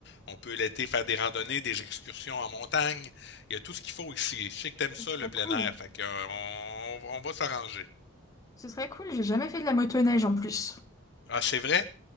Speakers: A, on the left; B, on the left.
A: on peut l'été faire des randonnées, des excursions en montagne. Il y a tout ce qu'il faut ici. Je sais que t'aimes
B: ce
A: ça, le
B: serait
A: plein
B: cool,
A: air, fait que, euh, on, on va s'arranger.
B: ce serait cool, j'ai jamais fait de la motoneige en plus.
A: Ah, c'est vrai?